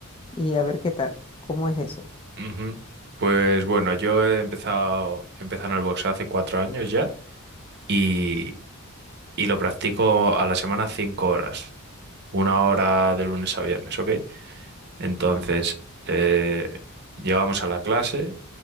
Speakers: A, on the left; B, on the right.
A: y a ver qué tal, cómo es eso.
B: Ujú. Pues bueno, yo he empezado, he empezado en el boxeo hace cuatro años ya y, y lo practico a la semana cinco horas, una hora de lunes a viernes, ¿ok? Entonces, eh, llegamos a la clase,